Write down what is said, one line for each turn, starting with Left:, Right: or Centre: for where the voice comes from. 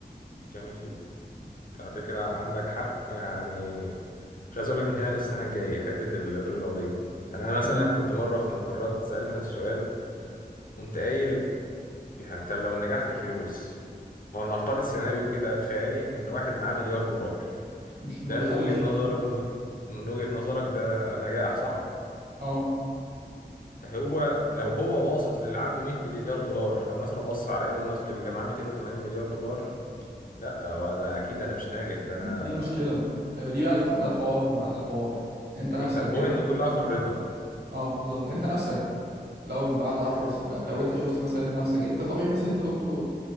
Left: جميل جدا على فكرة عندك حق يعني مش عايز اقول لك من هنا للسنة الجاية حتة ال- الرضا دي انا مثلا
Right: مم.
Left: كنت مرة في المرات سألت نفسي سؤال قمت قايل يعني طب لو النجاح في الفلوس ما نفترض سيناريو كده خيالي ان واحد معاه مليار دولار
Right: مش
Left: ده
Right: ما بيخلفش
Left: من وجهة
Right: مثلا
Left: نظره ومن وجهة من وجهة نظرك ده نجاح صح
Right: اه
Left: هو لو هو باصص للي عنده 100 مليار دولار او مثلا بص على ايلون ماسك اللي معاه 280 مليار دولار لا هو ده اكيد ده انا مش ناجح ده انا
Right: دي المشكله ايوه دي بقى الح... ده الحوار بقى ده الحوار انت
Left: يعني
Right: نفسك
Left: فالبوينت
Right: كده
Left: كلها في الرضا
Right: اه بالظبط انت نفسك لو بعد عشر س... لا، لو انت شفت مثلا نفسك انت طبيعي مثلا انت دكتور